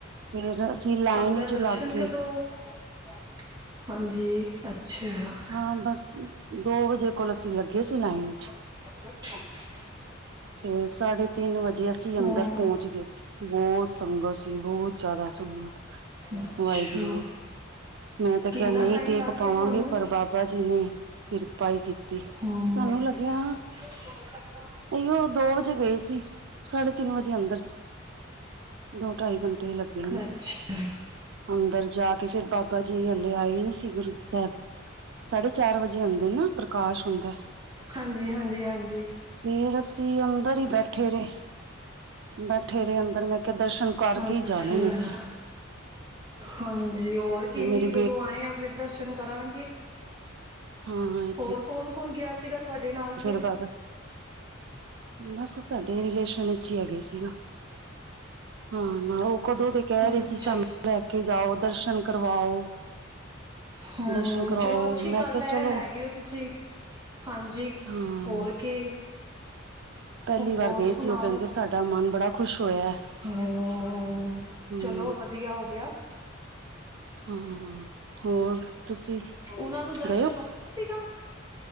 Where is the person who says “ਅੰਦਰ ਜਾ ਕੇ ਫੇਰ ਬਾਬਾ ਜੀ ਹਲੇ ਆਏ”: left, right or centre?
Right